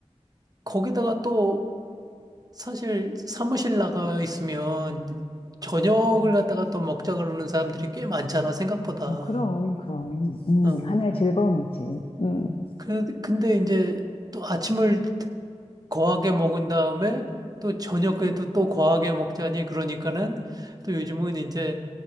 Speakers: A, on the right (about 35°); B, on the left (about 50°).
A: 거기다가 또 사실 사무실 나가 있으면 저녁을 갖다가 또 먹자 그러는 사람들이 꽤 많잖아 생각보다.
B: 어, 그럼, 그럼. 음,
A: 어,
B: 하나의 즐거움이지. 음,
A: 그 근데 이제 또 아침을 거하게 먹은 다음에 또 저녁에도 또 거하게 먹자니 그러니까는 또 요즘은 이제